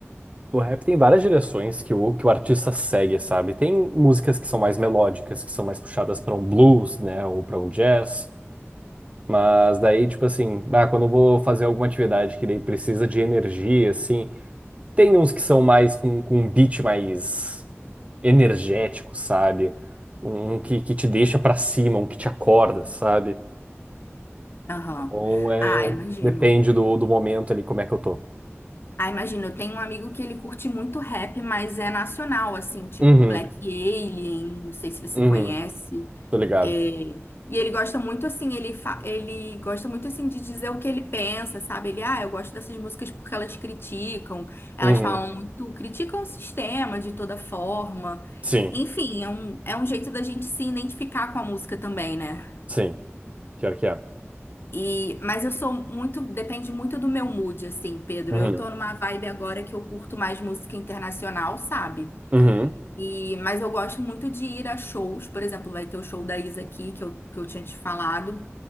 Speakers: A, on the right (about 30°); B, on the left (about 55°).
A: o rap tem várias direções que o, que o artista segue, sabe? Tem músicas que são mais melódicas, que são mais puxadas para um blues, né, ou para um jazz. Mas daí, tipo assim, ah, quando eu vou fazer alguma atividade que daí precisa de energia, assim. Tem uns que são mais com, com um beat mais energético, sabe? Um, um que, que te deixa pra cima, um que te acorda, sabe?
B: Aham.
A: Então é.
B: Ah, imagino.
A: Depende do, do momento ali, como é que eu tô.
B: Ah, imagina, eu tenho um amigo que ele curte muito rap, mas é nacional, assim, tipo
A: Uhum,
B: Black Alien, não sei se você
A: uhum,
B: conhece.
A: tô ligado.
B: É, E ele gosta muito, assim, ele, fa- ele gosta muito, assim, de dizer o que ele pensa, sabe? Ele, ah, eu gosto dessas músicas porque elas criticam, elas
A: Uhum,
B: falam muito, criticam o sistema de toda forma.
A: sim,
B: Enfim, é um, é um jeito da gente se identificar com a música também, né?
A: sim, pior que é.
B: E, mas eu sou muito, depende muito do meu mood, assim, Pedro.
A: Uhum,
B: Eu tô numa vibe agora que eu curto mais música internacional, sabe?
A: uhum,
B: E, mas eu gosto muito de ir a shows, por exemplo, vai ter o show da Isa aqui, que eu, que eu tinha te falado.